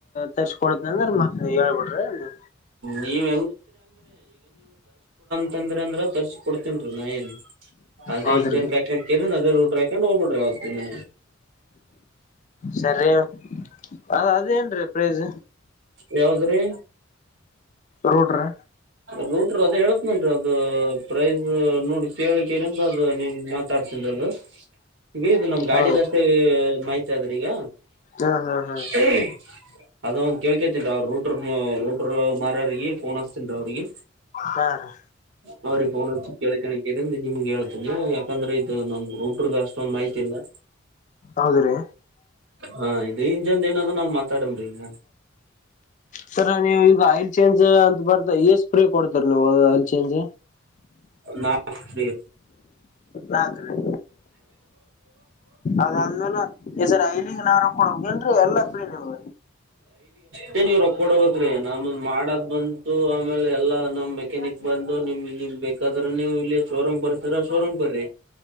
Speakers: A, on the left; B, on the right.
A: ತರ್ಸ್ಕೊಡತನ ಅಂದ್ರ ಮತ್ತ ನೀವು ಹೇಳ್ಬಿಡ್ರಿ ನೀ
B: ನೀವ್ ತರಿಸಿಕೊಡು ಅಂತಂದ್ರ ತರಿಸಿ ಕೊಡ್ತೀನಿ ಡ್ರಿ ನಾಯೆನ್ ಅದೇ
A: ಹೌದ್ರಿ
B: ಇಂಜನ್ ಕ ಹಾಕೊಂಡ್ ಕೇರಿ ಅದೇ ರೂಟ್ರ ಹಾಕೊಂಡ್ ಹೋಗ್ಬಿಡ್ರಿ ಅವತ್ತ ನೀ
A: ಸರಿ ಅದು ಅದೇನ್ರೀ ಪ್ರೈಜ್
B: ಯಾವದ್ರಿ
A: ರೋ ಟ್ ಟ್ರಿ
B: ರೂಟ್ರ ಅದ ಹೇಳತ್ನಲ್ರಿ ಅದ ಪ್ರೈಸ್ ನೋಡಿ ಕೇಳಕ್ಕೆರಂ ದ್ರ ಅದು ನೀನಗ ಹಾಕ ಮಾತಾಡ್ತನ್ರದು ಈಗ ಇದು ನಮ್ ಗಾಡಿದಷ್ಟೇ
A: ಹೌದು
B: ಮಾಹಿತಿ ಆದ್ರ ಈಗ
A: ಹಾ ಹಾ ಹಾ
B: ಹ್ಮ ಅದ ಒಂದು ಕೇಳ್ಕೇತನ್ ರ ಅವರು ರೂಟರ್ ರೂಟರ್ ಮಾರರಿಗೆ ಫೋನ್ ಹಸ್ತನ್ ರಿ ಅವ್ರಿಗೆ
A: ಹಾ ರೀ
B: ಅವ ರೀ ಫೋನ್ ಚಿ ಕೇಳಿಕೇಂದ್ರ ಕೇ ನಿಮ್ಗೆ ಹೇಳ್ತನಿ ಯಾಕಂದ್ರೆ ಇದು ನಮ್ ರೂ ಅಷ್ಟೊಂದು ಮಾಹಿತಿ ಇಲ್ಲ
A: ಹೌದ್ರಿ
B: ಹ ಇದು ಇಂಜನದ ಏನ ನ್ ಮ ತರಂಬರಿ ಈಗ
A: ಸರ್ ನೀವು ಈಗ ಆಯಿಲ್ ಚೇಂಜ್ ಅಂತ ಬರ್ತ ಎಸ್ ಫ್ರಿ ಕೊಡ್ತರ ನೀವು ಅಲ್ಲಿ ಚೇಂಜ್
B: ನಾ ಹ
A: ನಾಲ್ಕ ರೀ ಅದಾದ್ಮೇಲೆ ಈ ಸರಿ ಐಲಿಗ್ ನಾ ರೋಕ್ಕ ಕೊಡಬೇಕ ಏನ್ರೀ ಎಲ್ಲಾ ಫ್ರೀ ಇದಾಗ
B: ಮತ್ತ ನೀವು ರೊಕ್ಕ ಕೊಡಬೇಕ್ರೀ ನಮ ಮಾಡದ್ ಬಂತು ಆಮೇಲೆ ಎಲ್ಲಾ ನಮ್ ಮೆಕ್ಯಾನಿಕ್ ಬಂದು ನಿಮ್ ನಿಮ್ ಬೇಕಾದ್ರ ನೀವು ಇಲ್ಲಿ ಶೋರೂಮ್ ಬರ್ತೀರ ಶೋರೂಮ್ ಬರ್ರರಿ